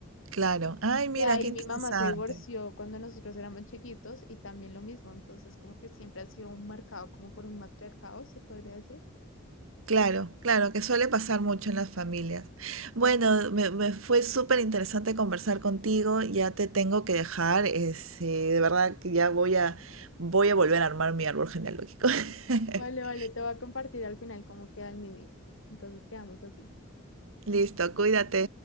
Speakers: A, on the right (about 80°); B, on the left (about 70°).
A: Claro, ay, mira,
B: De ahí
A: qué interesante.
B: mi mamá se divorció cuando nosotros éramos chiquitos y también lo mismo, entonces como que siempre ha sido un marcado como por un matriarcado, se podría decir.
A: Claro, claro, que suele pasar mucho en las familias. Bueno, me, me fue súper interesante conversar contigo, ya te tengo que dejar, este, de verdad que ya voy a, voy a volver a armar mi árbol genealógico.
B: Vale,
A: <laughs>
B: vale, te voy a compartir al final cómo queda el mini. Entonces quedamos así.
A: Listo, cuídate.